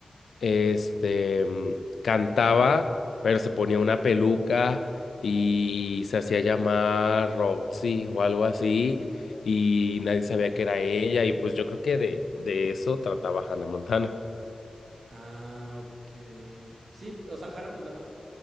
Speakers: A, on the left (about 85°); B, on the right (about 75°).
A: este, mm, cantaba, pero se ponía una peluca y se hacía llamar Roxy o algo así, y nadie sabía que era ella, y pues yo creo que de, de eso trataba Hannah Montana.
B: Ah, ok. Sí, o sea, Hannah Montana